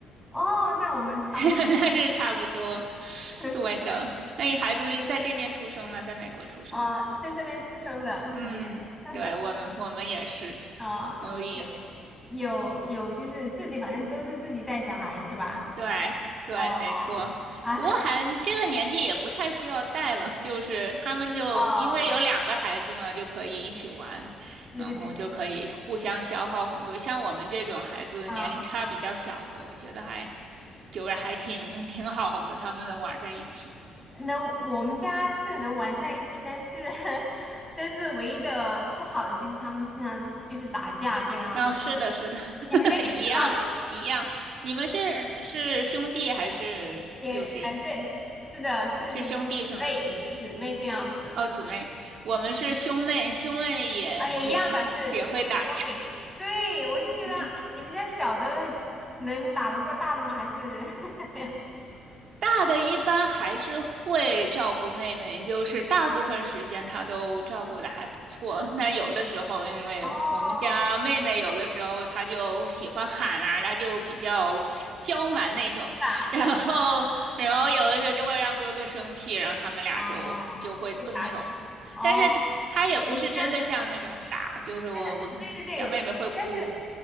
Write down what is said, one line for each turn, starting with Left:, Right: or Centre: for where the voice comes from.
Centre: 哦，那我们差不多，
Right: <laughs> 那是差不多。
Centre: <laughs>
Right: 对的。那你孩子在这边出生吗？在美国出生？
Centre: 啊，在这边出生的这边。
Right: 嗯，
Centre: <laughs>
Right: 对，我们我们也是，
Centre: 啊、
Right: 我一
Centre: 有有有，就是自己，反正都是自己带小孩是吧？
Right: 对对，
Centre: 哦，哦，
Right: 没错。
Centre: 哎，
Right: 不过还这个年纪也不太需要带了，就是他们就因为有两个孩子嘛，
Centre: 哦，
Right: 就可以一起玩，
Centre: 对，对对对，
Right: 然后就可以互相消耗很多。像我们这种孩子年龄差比较小的，
Centre: 嗯，
Right: 我觉得还就是还 <laughs> 挺挺好的，他们能玩在一起。
Centre: 能，我们家是能玩在一起，但是，<laughs> 但是唯一的不好的就是他们经常就是打架这样子。
Right: 哦，是的，是的，
Centre: 你们家也是吗？
Right: <laughs> 一样的，一样。你们是是兄弟还是又是
Centre: <laughs> 也，哎，对，是的，是姊妹，
Right: 是兄弟是吗？嗯。
Centre: 是姊妹这样子
Right: 哦，姊妹，我们是兄妹，兄妹也也会也会打架。
Centre: 啊，也一样的是都会。对，我就觉得你们家小的能打得过大的吗？
Right: 不行，
Centre: 还是 <laughs> 怎么样？
Right: 大的一般还是会照顾妹妹，就是大部分时间她都照顾的还不错。那有的时候，因为我们家妹妹有的时候她就喜欢喊啊，
Centre: 哦，
Right: 她就比较娇蛮那种，
Centre: 是吧？
Right: <laughs> 然后然后有的时候就会让哥哥生气，然后他们俩就就会动手。
Centre: 哦，被打起。哦，
Right: 但是他他也不是真的像那种打，
Centre: 我们。家。
Right: 就是我我们我们家妹妹会哭，
Centre: 真的，对对对，但是